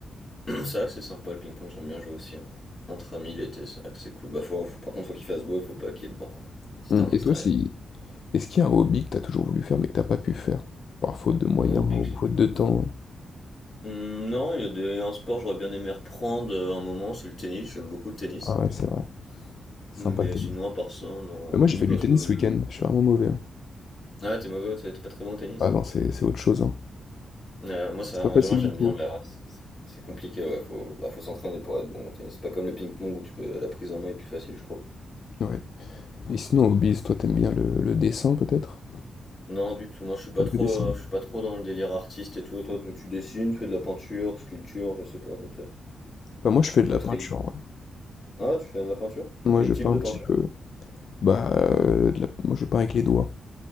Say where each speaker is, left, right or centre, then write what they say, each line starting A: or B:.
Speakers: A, on the left; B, on the left.
A: C'est vrai que c'est sympa le ping-pong, j'aime bien jouer aussi. hein. Entre amis l'été, c'est vrai que c'est cool. Bah, faut, faut- par contre, faut qu'il fasse beau, il faut pas qu'il y ait de vent, quoi. C'était
B: Hum,
A: en extérieur.
B: Et toi, si... est-ce qu'il y a un hobby que t'as toujours voulu faire mais que t'as pas pu faire? Par faute de moyens
A: Un hobby
B: ou
A: que j'ai voulu.
B: faute de temps? hein.
A: Hmm, non, il y a des... un sport, j'aurais bien aimé reprendre euh, un moment, c'est le tennis, j'aime beaucoup le tennis.
B: Ah ouais, c'est vrai. C'est
A: Mais
B: sympa le tennis.
A: sinon, à part ça, non,
B: Mais
A: hobby,
B: moi, j'ai fait
A: parce
B: du tennis
A: que.
B: ce week-end, je suis vraiment mauvais. hein.
A: Ah, ouais, t'es mauvais, t'es t'es pas très bon au tennis?
B: Ah non, c'est c'est autre chose, hein.
A: Euh, moi, ça,
B: C'est pas facile
A: moi, j'aime
B: du tout.
A: bien, mais ouais, c'est c'est compliqué, ouais, faut, bah, faut s'entraîner pour être bon au tennis. C'est pas comme le ping-pong où tu peux, la prise en main est plus facile, je trouve.
B: hein. Ouais. Et sinon, hobbies, toi, t'aimes bien le, le dessin, peut-être?
A: Non, du tout. Moi, je suis pas
B: on
A: trop,
B: peut dessiner
A: euh, je suis pas trop dans le délire artiste et tout. toi, tu tu dessines, tu fais de la peinture, sculpture, je sais pas, peut-être.
B: Bah, moi, je fais
A: Poterie.
B: de la peinture, ouais.
A: Ah, tu fais de la peinture?
B: Moi,
A: Quel
B: je
A: type
B: peins
A: de
B: un
A: peinture?
B: petit peu. Bah, euh, de la- moi je peins avec les doigts.